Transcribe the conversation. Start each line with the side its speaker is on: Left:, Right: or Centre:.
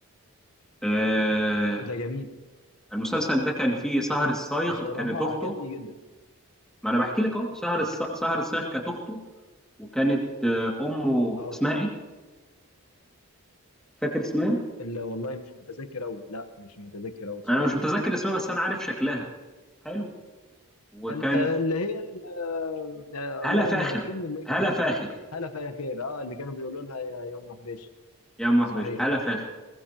Centre: آه،
Left: ده جميل
Centre: المسلسل ده كان فيه سهر
Left: انا
Centre: الصايغ
Left: بصراحه
Centre: كانت اخته
Left: عجبني جدا
Centre: ما انا بحكي لك اهو سهر الص... سهر الصايغ كانت اخته وكانت آه، امه
Left: اه
Centre: اسمها ايه فاكر اسمها
Left: لا والله مش متذكر قوي لا مش متذكر قوي بصراحه
Centre: انا مش متذكر اسمها بس انا عارف شكلها حلو وكان
Left: ال- آه، اللي هي ال- آه، آه،
Centre: هلا
Left: اللهم
Centre: فاخر
Left: ذكرني اللي
Centre: هلا
Left: كانت
Centre: فاخر
Left: هلا فيا خير اه اللي كانوا بيقولوا لها يا يا ام حبيش
Centre: يا ام وحبش
Left: صحيح
Centre: هلا فاخر